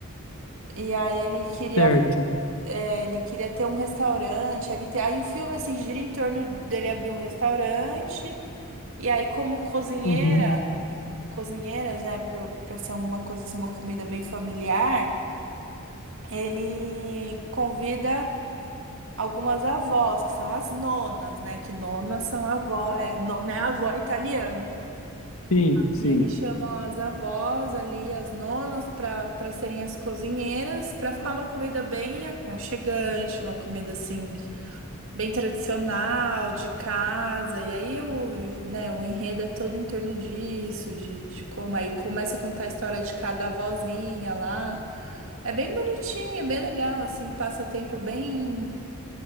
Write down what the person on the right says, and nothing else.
E aí ele queria
é, ele queria ter um restaurante ali. te- Aí o filme assim, gira em torno dele abrir um restaurante. E aí, como cozinheira,
cozinheiras, né, pro, pra ser uma coisa, ser uma comida bem familiar, ele convida algumas avós, que são as nonas, né? Que nonas são avó, é, nona é avó italiano.
E ele chama as avós ali, as nonas, para para serem as cozinheiras, para ficar uma comida bem aconchegante, uma comida assim. bem tradicional, de casa, e aí o, né, o enredo é todo em torno disso, de, de como aí começa a contar a história de cada avózinha lá. É bem bonitinho, é bem legal, assim, passa tempo bem,